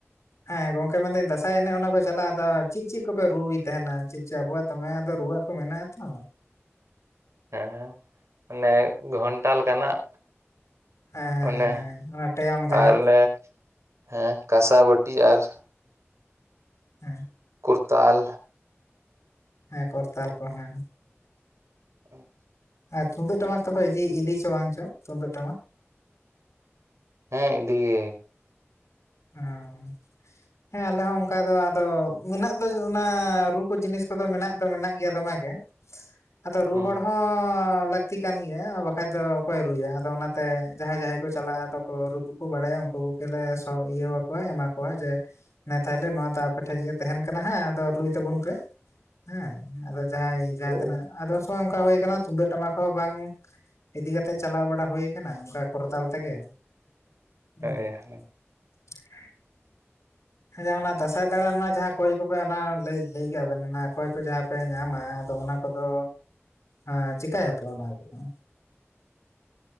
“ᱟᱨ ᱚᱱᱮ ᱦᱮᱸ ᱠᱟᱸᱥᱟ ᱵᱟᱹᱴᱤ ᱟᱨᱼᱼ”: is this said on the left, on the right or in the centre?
Right